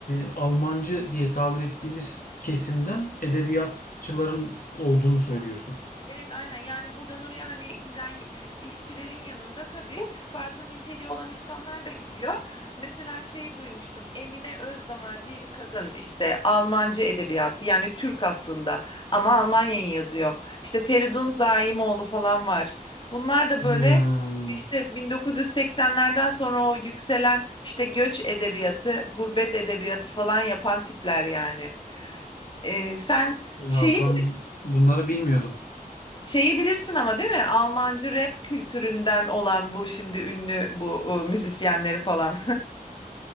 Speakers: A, on the left (about 65°); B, on the left (about 35°).
A: Almancı diye tabir ettiğimiz kesimden edebiyatçıların olduğunu söylüyorsun.
B: Evet aynen yani buradan oraya hani giden y- işçilerin yanında tabii farklı niteliği olan insanlar da gidiyor. Mesela şey duymuştum Emine Özdamar diye bir kadın işte Almancı edebiyatı yani Türk aslında ama Almanya'yı yazıyor. İşte Feridun Zaimoğlu falan var. Bunlar da
A: Hmm.
B: böyle işte 1980'lerden sonra o yükselen işte göç edebiyatı, gurbet edebiyatı falan yapan tipler yani. Ee, sen
A: Ya
B: şeyi
A: ben bunları bilmiyordum.
B: Şeyi bilirsin ama değil mi? Almancı rap kültüründen olan bu şimdi ünlü bu e, müzisyenleri falan.